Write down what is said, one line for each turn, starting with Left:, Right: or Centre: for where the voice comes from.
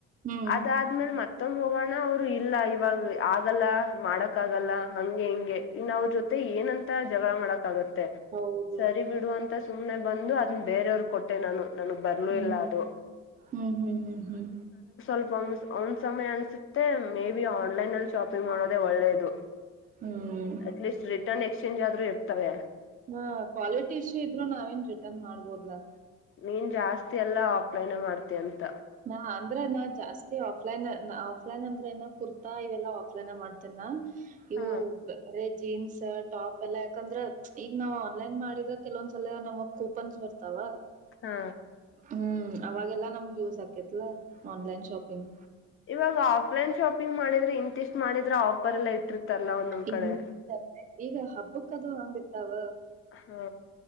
Right: ಹ್ಮ್
Left: ಅದಾದ್ಮೇಲ್ ಮತ್ತೊಂ ಹೋಗೋಣ ಅವರು ಇಲ್ಲ ಇವಾಗ ಆಗಲ್ಲ ಮಾಡಕ್ ಆಗಲ್ಲ ಹಂಗೆ ಹಿಂಗೆ ಇನ್ನ ಅವ್ರ ಜೊತೆ ಏನಂತ <unintelligible> ಜಗಳ ಮಾಡಕ್ ಆಗುತ್ತೆ
Right: ಹೌದು
Left: ಸರಿ ಬಿಡುವಂತ ಸುಮ್ನೆ ಬಂದು ಅದ್ ಬೇರೆಯವರು <unintelligible> <unintelligible> ನಾನು ನಂಗ್ ಬರ್ಲೂ
Right: ಹ್ಮ್
Left: ಇಲ್ಲ ಅದು
Right: ಹ್ಮ್ ಹ್ಮ್ ಹ್ಮ್ ಹ್ಮ್
Left: <unintelligible> ಒಂದ್ ಸಮಯ ಅನ್ಸುತ್ತೆ ಮೇ ಬಿ ಆನ್ಲೈನ್ ಅಲ್ಲಿ ಶಾಪಿಂಗ್ ಮಾಡೋದೇ
Right: ಆನ್ಲೈನ್.
Left: ಒಳ್ಳೇದು
Right: ಹ್ಮ್
Left: ಅಟ್ಲೀಸ್ಟ್ ರಿಟರ್ನ್ ಎಕ್ಸ್ಚೇಂಜ್ ಆದ್ರೂ ಇರ್ತವೆ
Right: ಹಾ ಕ್ವಾಲಿಟಿ ಇಶ್ಯೂ ಇದ್ರು ನಾವೇನ್ ರಿಟರ್ನ್ ಮಾಡ್ಬೋದ್ಲಾ
Left: ನೀನ್ ಜಾಸ್ತಿ ಎಲ್ಲ ಆಫಲೈನೆ ಮಾಡ್ತಿ ಅಂತ
Right: ನಾ ಅಂದ್ರೆ ನಾ ಜಾಸ್ತಿ ಆಫ್ಲೈನ್ ಆಫ್ಲೈನ್ ಅಂದ್ರೆ ಏನ ಕುರ್ತಾ ಇವೆಲ್ಲ ಆಫ್ಲೈನ್ ಮಾಡ್ತಿನಾ <unintelligible>
Left: ಹಾ
Right: ಜೀನ್ಸ್ ಟಾಪ್ ಎಲ್ಲಾ ಯಾಕಂದ್ರೆ ಈಗ ನಾವ್ ಆನ್ಲೈನ್ ಮಾಡಿದ್ರ ಕೆಲವಂದ್ಸಲ ನಮಗ್ ಕೂಪನ್ಸ್ ಬರ್ತಾವ
Left: ಹಾ
Right: ಹ್ಮ್ ಅವಾಗೆಲ್ಲಾ ನಮ್ಗೆ ಯೂಸ್ ಆಕೇತ್ಲಾ ಆನ್ಲೈನ್ ಶಾಪಿಂಗ್
Left: ಇವಾಗ ಆಫ್ಲೈನ್ ಶಾಪಿಂಗ್ ಮಾಡಿದ್ರೆ ಇಂತಿಷ್ಟ್ ಮಾಡಿದ್ರೆ ಆಫರ್ ಎಲ್ಲ ಇಟ್ಟಿರ್ತಾರಲ್ಲ ಒಂದೊಂದ್
Right: ಇ
Left: ಕಡೆ
Right: ಈಗ ಹಬ್ಬಕ್ಕದು ಹಂಗತ್ತಾವ
Left: ಹಾ